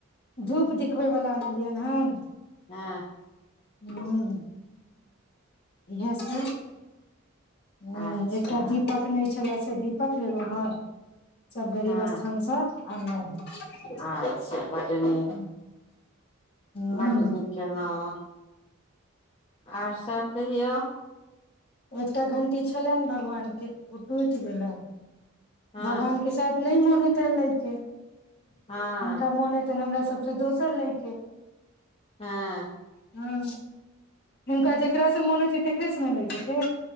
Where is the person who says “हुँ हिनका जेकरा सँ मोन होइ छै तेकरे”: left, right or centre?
Left